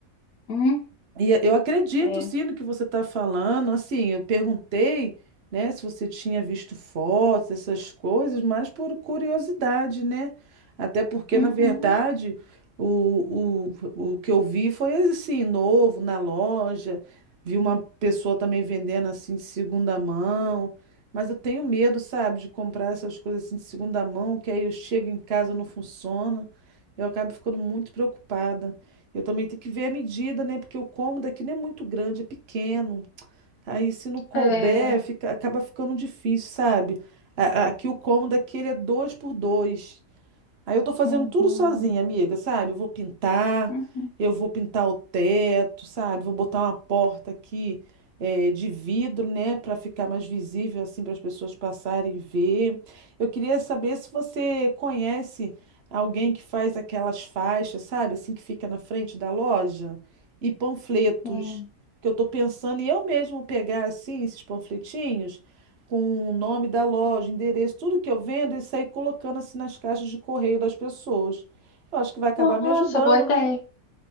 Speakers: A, on the left; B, on the right.
A: Hum,
B: E eu acredito,
A: é.
B: sim, no que você está falando. Assim, eu perguntei, né, se você tinha visto fotos, essas coisas, mas por curiosidade, né? Até porque,
A: Uhum,
B: na verdade, o, o, o que eu vi foi assim, novo, na loja. Vi uma pessoa também vendendo assim de segunda mão. Mas eu tenho medo, sabe, de comprar essas coisas assim de segunda mão, que aí eu chego em casa não funciona. Eu acabo ficando muito preocupada. Eu também tenho que ver a medida, né? Porque o cômodo aqui não é muito grande, é pequeno. Aí se não couber,
A: é.
B: fica, acaba ficando difícil, sabe? A- a- Aqui o cômodo aqui ele é dois por dois. Aí eu tô fazendo
A: Uhum,
B: tudo sozinha, amiga, sabe? Eu vou pintar,
A: uhum,
B: eu vou pintar o teto, sabe? Vou botar uma porta aqui eh, de vidro, né? Pra ficar mais visível, assim, para as pessoas passarem e ver. Eu queria saber se você conhece alguém que faz aquelas faixas, sabe? Assim, que fica na frente da loja e panfletos.
A: sim.
B: Que eu tô pensando em eu mesmo pegar, assim, esses panfletinhos com o nome da loja, endereço, tudo que eu vendo, e sair colocando assim nas caixas de correio das pessoas. Eu acho que vai acabar me
A: Nossa,
B: ajudando,
A: boa ideia.
B: né?